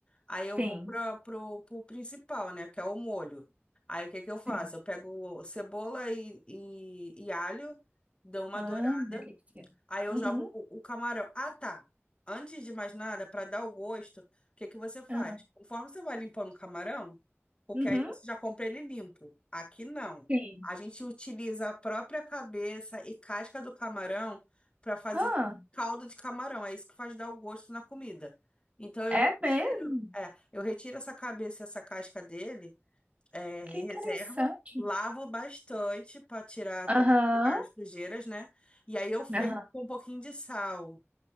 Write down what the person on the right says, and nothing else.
sim.
Sim.
Ah,
delícia.
Uhum.
Ah,
uhum.
Sim.
Ah,
é
mesmo?
Que interessante.
Aham,
aham.